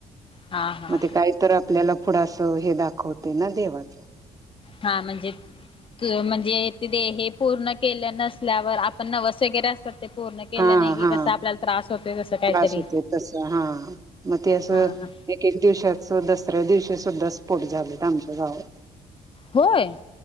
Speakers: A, on the left (about 35°); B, on the right (about 25°).
A: हा हा
B: मग ते काहीतर आपल्याला पुढ अस हे दाखवतेय ना देवाचं
A: हा म्हणजे म्हणजे ते दे हे पूर्ण केलं नसल्यावर आपण नवस वगैरे असतात ते पूर्ण केलं
B: हा
A: नाइ की
B: हा
A: कस आपल्याला त्रास होतोय तसं काहीतरी
B: त्रास होतोय तस हा मग ते असं
A: हा हा
B: एक एक दिवश्याच दसऱ्या दिवशी सुद्धा स्पोट झालेत आमच्या गावात
A: होय